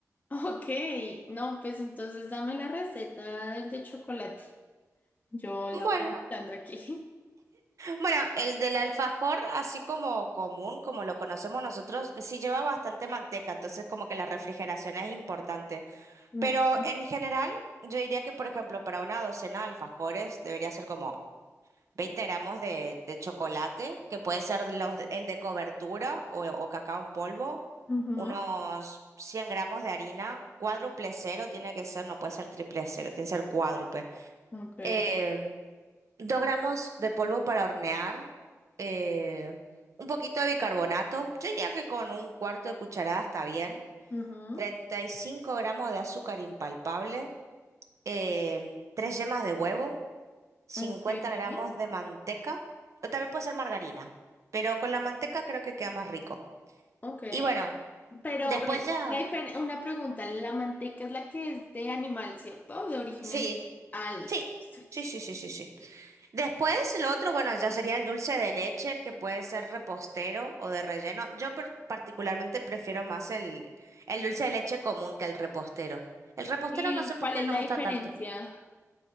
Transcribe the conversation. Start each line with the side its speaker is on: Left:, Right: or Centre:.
Left: <laughs> Ok, no, pues entonces dame la receta del de chocolate. Yo la
Right: Bueno.
Left: voy anotando aquí.
Right: Bueno, el del alfajor, así como común, como lo conocemos nosotros, sí lleva bastante manteca, entonces como que la refrigeración es importante.
Left: Okay.
Right: Pero en general, yo diría que, por ejemplo, para una docena de alfajores debería ser como 20 gramos de, de chocolate, que puede ser los, de- el de cobertura o, o cacao en polvo,
Left: Ajá,
Right: unos 100 gramos de harina, cuádruple cero tiene que ser, no puede ser triple cero, tiene que ser cuádruple.
Left: okay.
Right: Em, Dos gramos de polvo para hornear, eh, un poquito de bicarbonato. Yo diría que con un cuarto de cucharada está bien.
Left: Ajá,
Right: treinta y cinco gramos de azúcar impalpable, em, tres yemas de huevo, cincuenta
Left: okay.
Right: gramos de manteca, o también puede ser margarina, pero con la manteca creo que queda más rico.
Left: Okay.
Right: Y bueno,
Left: Pero,
Right: después
Left: bueno,
Right: ya...
Left: una, difer- una pregunta, la manteca es la que es de animal, ¿cierto? De origen
Right: Sí,
Left: animal. Ah, listo,
Right: sí,
Left: listo, listo.
Right: sí, sí, sí, sí, sí. Después, lo otro, bueno, ya sería el dulce de leche, que puede ser repostero o de relleno. Yo per- particularmente prefiero más el, el dulce de leche común que el repostero. El repostero
Left: ¿Y
Right: no sé por
Left: cuál
Right: qué
Left: es
Right: no
Left: la
Right: me
Left: diferencia?
Right: gusta tanto.